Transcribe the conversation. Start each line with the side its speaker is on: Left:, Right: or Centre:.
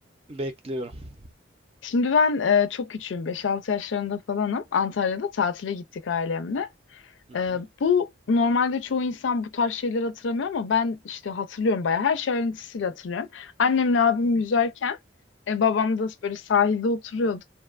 Right: Bekliyorum.
Left: Şimdi ben e, çok küçüğüm. beş altı yaşlarında falanım. Antalya'da tatile gittik ailemle.
Right: Hı hı,
Left: Ee, bu normalde çoğu insan bu tarz şeyleri hatırlamıyor ama ben işte hatırlıyorum bayağı. Her şey ayrıntısıyla hatırlıyorum. Annemle abim yüzerken e, babam da böyle sahilde oturuyordu.